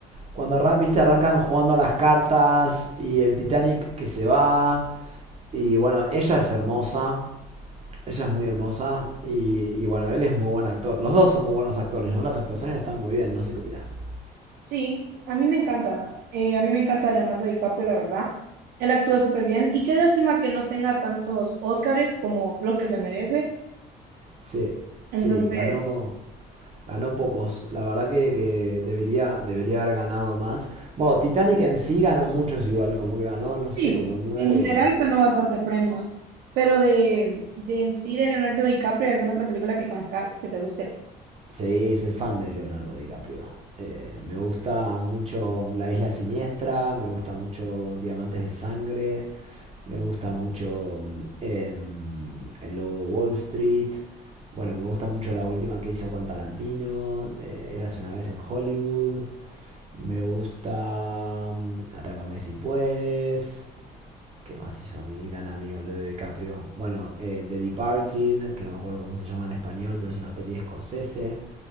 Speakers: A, on the right (about 40°); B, on the right (about 75°).
A: cuando arran- viste, arrancan jugando a las cartas y el Titanic que se va. Y bueno, ella es hermosa, ella es muy hermosa. Y, y bueno, él es muy buen actor. Los dos son muy buenos actores, ¿no? Las actuaciones están muy bien, no sé qué opinás.
B: Sí, a mí me encanta. Eh, a mí me encanta Leonardo DiCaprio, la verdad. Él actúa súper bien y qué lástima que no tenga tantos Óscares como los que se merece.
A: Sí,
B: Entonces,
A: sí, ganó. Ganó pocos. La verdad que, que debería, debería haber ganado más. Bueno, Titanic en sí ganó muchos igual. Como que ganó, no sé,
B: sí,
A: como nueve
B: en general
A: o,
B: ganó bastantes premios. Pero de, de en sí, de Leonardo DiCaprio, ¿hay ¿alguna otra película que conozcas que te guste?
A: Sí, soy fan de Leonardo DiCaprio. Eh, me gusta mucho La Isla Siniestra, me gusta mucho Diamantes de Sangre, me gusta mucho mm, em, El Lobo de Wall Street. Bueno, me gusta mucho la última que hizo con Tarantino, eh, Eras una vez en Hollywood. Me gusta mm, Atrápame si puedes. ¿Qué más hizo mi gran amigo Leo DiCaprio? Bueno, eh, The Departed, que no me acuerdo cómo se llama en español, pero es una peli de Scorsese.